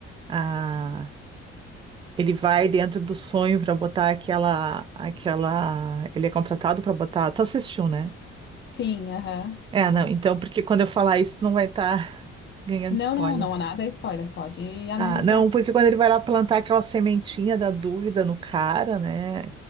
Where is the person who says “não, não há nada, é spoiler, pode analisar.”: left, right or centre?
Left